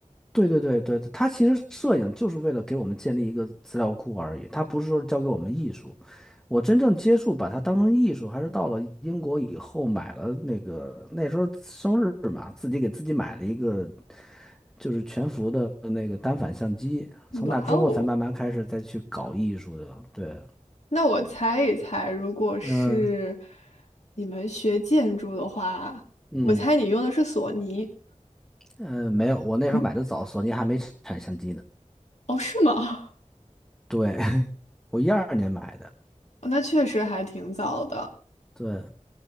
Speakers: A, in the centre; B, on the left.
A: 对对对对，它其实摄影就是为了给我们建立一个资料库而已，它不是说教给我们艺术。我真正接触把它当成艺术，还是到了英国以后买了那个那时候生日嘛，自己给自己买了一个就是全幅的那个单反相机，从那之后才慢慢开始再去搞艺术的。
B: 哇哦，
A: 对，
B: 那我猜一猜，如果是
A: 嗯
B: 你们学建筑的话，
A: 嗯。
B: 我猜你用的是索尼。
A: 嗯，没有，我那时候买的早，
B: 嗯，
A: 索尼还没产相机呢。
B: 哦，是吗？
A: 对，<laughs> 我一二年买的，
B: <laughs> 那确实还挺早的。
A: 对，